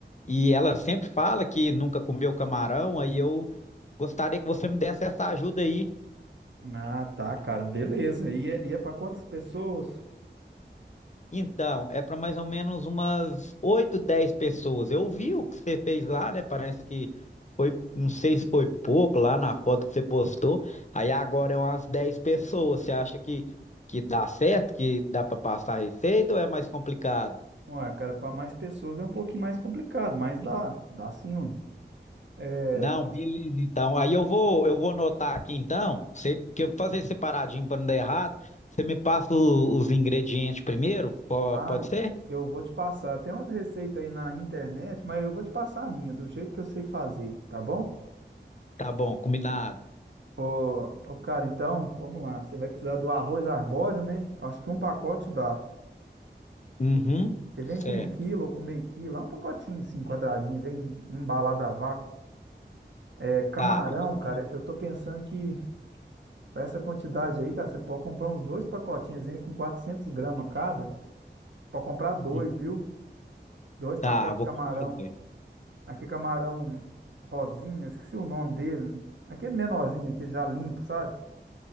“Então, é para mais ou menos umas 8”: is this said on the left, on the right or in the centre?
Left